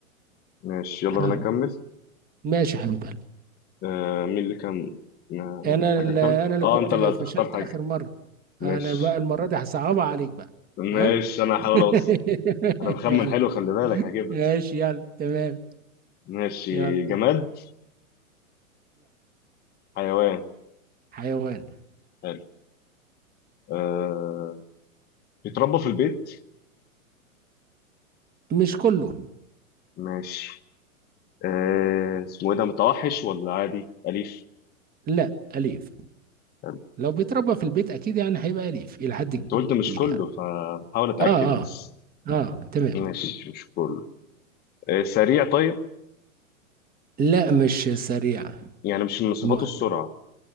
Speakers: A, on the left; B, on the right.
A: ماشي يلا بينا
B: آه.
A: نكمل
B: ماشي يا حبيب قلبي
A: آه مين اللي كان ما- ما
B: انا
A: في حاجة
B: ال- انا
A: كلب
B: اللي
A: اه
B: كنت
A: أنت اللي
B: فشلت
A: هتختار حاجة
B: اخر مرة
A: ماشي
B: انا بقى المرة دي هصعبها عليك بقى
A: ماشي
B: ها <laughs>
A: أنا هحاول أوصل انا بخمن
B: يلا
A: حلو خلي بالك هجيبها
B: ماشي يلا تمام
A: ماشي
B: يلا
A: جماد حيوان
B: حيوان
A: حلو أه... بيتربى في البيت
B: مش كله
A: ماشي أه... اسمه ايه ده متوحش ولا عادي اليف
B: لا أليف
A: حلو.
B: لو بيتربى في البيت أكيد يعني هيبقى أليف إلى حد
A: انت قلت مش
B: كبير
A: كله
B: يعني
A: فبحاول اتاكد
B: آه
A: بس
B: آه آه تمام
A: ماشي مش كله أه... سريع طيب
B: لا مش سريع
A: يعني مش من صفاته
B: م-
A: السرعه